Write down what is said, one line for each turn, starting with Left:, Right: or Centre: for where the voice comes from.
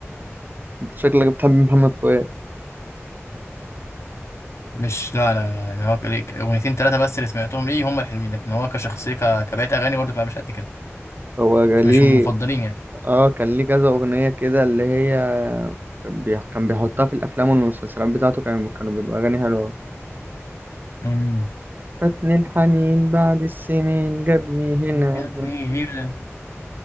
Right: انت شكلك بتحب محمد فؤاد
Left: مش لا لا لا يعني هو ليه اغنيتين ثلاثه بس اللي سمعتهم ليه هم الحلوين لكن هو كشخصيه ك... كبقيه اغاني برضه بقى مش قد كده
Right: هو ليه
Left: مش من المفضلين
Right: اه كان ليه كذا اغنية كده اللي هي بي- كان بيحطها في الافلام والمسلسلات بتاعته كانوا كانوا بيبقى اغاني حلوة
Left: يعني
Right: فاتني الحنين بعد السنين جابني هنا
Left: جابني هنا